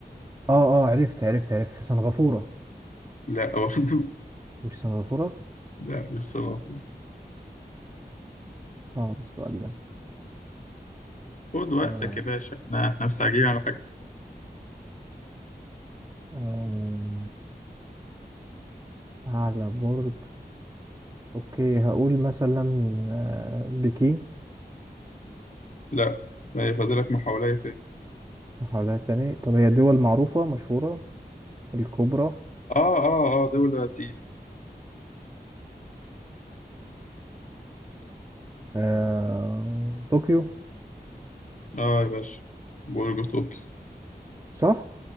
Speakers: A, on the right; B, on the left.
A: اه اه عرفت عرفت عرفت في سنغافوره
B: لا برضه
A: مش سنغافوره
B: <laughs> لا مش صلاح
A: صعب السؤال ده
B: خد وقتك
A: آه...
B: يا باشا احنا احنا مستعجلين على حاجة
A: آه... اعلى برج اوكي هقول مثلا آه... بكين
B: لا يعني فاضلك محاولة تاني
A: محاولات تاني طب هي دول معروفة مشهورة الكبرى
B: آه آه آه دولة تقيلة
A: آه... طوكيو
B: آه يا باشا برج طوكيو
A: صح؟